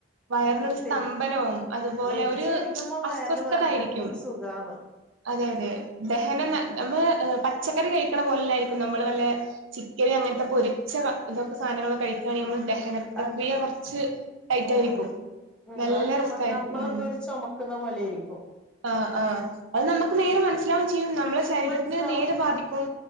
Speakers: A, on the right; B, in the centre.
A: വയറിനൊരു
B: ഉം
A: സ്തംഭനവും
B: വെജ്
A: അതുപോലെ
B: വെജ്
A: ഒരു
B: കഴിക്കുമ്പോ വയറില്
A: അസ്വസ്ഥതായിരിക്കും
B: വേറെ തന്നെ ഒരു സുഖാണ്
A: അതെ അതെ. ദഹനം
B: ഉം
A: നമ്മ
B: ഉം
A: പച്ചക്കറി കഴിക്കണ പോലെല്ലായിരിക്കും നമ്മള് നല്ല ചിക്കന് അങ്ങൻത്തെ പൊരിച്ച ഇതൊക്കെ സാധനങ്ങളൊക്ക കഴിക്കുകയാണെങ്കിൽ നമ്മൾ ദഹന പ്രക്രിയ
B: അത്
A: കൊറച്ച് ടൈറ്റ്
B: ഉം
A: ആയിരിക്കും
B: ഉം
A: നല്ല
B: അത് നമ്മ
A: റിസ്ക് ആയിരിക്കും
B: നമ്മളെന്തോ ചൊ മക്കുന്ന പോലെ ആയിരിക്കും
A: ആ ആഹ് അത് നമ്മക്ക് നേരെ മനസ്സിലാവും ചെയ്യും നമ്മളെ ശരീരത്തിന്
B: മനസിലാവും
A: നേരെ ബാധിക്കും